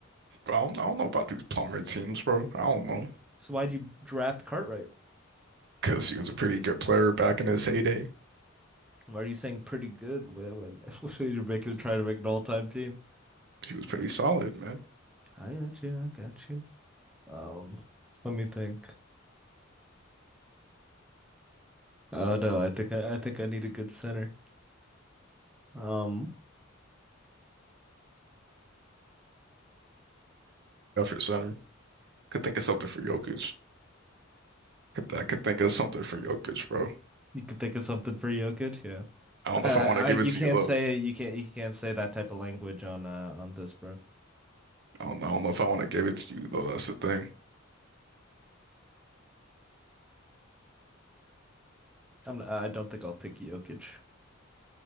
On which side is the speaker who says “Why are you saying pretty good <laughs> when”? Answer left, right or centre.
Centre